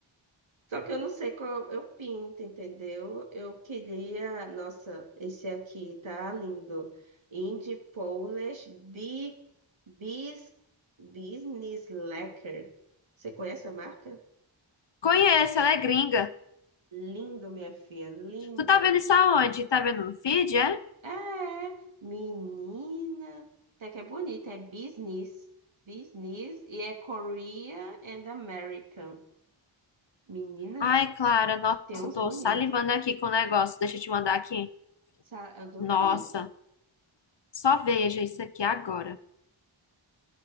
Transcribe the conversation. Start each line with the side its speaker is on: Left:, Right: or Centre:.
Right: Só que eu não sei qual eu pinto, entendeu? Eu queria. Nossa, esse aqui tá lindo. Indie Polish Bi- Bis, Business Lacquer. Você conhece a marca?
Left: Conheço, ela é gringa.
Right: Lindo, minha filha, lindo.
Left: Tu tá vendo isso aonde? Tá vendo no feed, é?
Right: É, menina. Até que é bonita, é business. Business e é Korea and American. Menina,
Left: Ai, Clara, nossa,
Right: tem uns
Left: eu tô
Right: bonitos.
Left: salivando aqui com o negócio. Deixa eu te mandar aqui.
Right: Sa- É do
Left: Nossa,
Right: quê?
Left: só veja isso aqui agora.